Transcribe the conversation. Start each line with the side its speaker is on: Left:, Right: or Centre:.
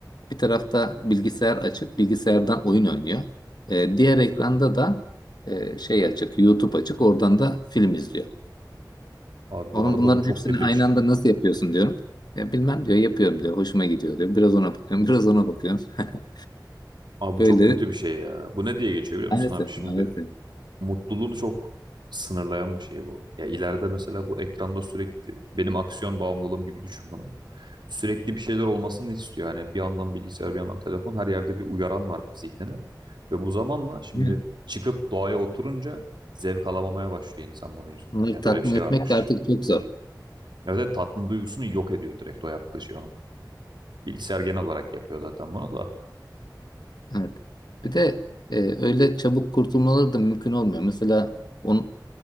Left: Bir tarafta bilgisayar açık, bilgisayardan oyun oynuyor. E, diğer ekranda da e, şey açık, YouTube açık, oradan da film izliyor.
Right: <laughs> Abi bu
Left: Onun
Right: arada
Left: bunların
Right: bu çok
Left: hepsini
Right: kötü
Left: aynı
Right: bir şey.
Left: anda nasıl yapıyorsun diyorum. E, bilmem diyor, yapıyorum diyor, hoşuma gidiyor diyor. Biraz ona bakıyorum, <laughs> biraz ona bakıyorum. <laughs>
Right: Abi bu
Left: Böyle
Right: çok kötü bir şey ya. Bu ne diye geçiyor biliyor musun
Left: maalesef,
Right: abi? Şimdi
Left: maalesef.
Right: mutluluğunu çok sınırlayan bir şey bu. Ya ileride mesela bu ekranda sürekli benim aksiyon bağımlılığım gibi düşün bunu. Sürekli bir şeyler olmasını istiyor. Hani bir yandan bilgisayar, bir yandan telefon her yerde bir uyaran var zihnine. Ve bu zamanla şimdi
Left: Değil
Right: çıkıp doğaya oturunca zevk alamamaya başlıyor insan bunun yüzünden.
Left: Onları
Right: Ya
Left: tatmin
Right: böyle bir şey
Left: etmek
Right: varmış.
Left: de artık çok zor.
Right: Evet, evet, tatmin duygusunu yok ediyor direkt o yaptığı şey onun. Bilgisayar genel olarak yapıyor zaten bunu da.
Left: Evet. Bir de e, öyle çabuk kurtulmaları da mümkün olmuyor. Mesela on,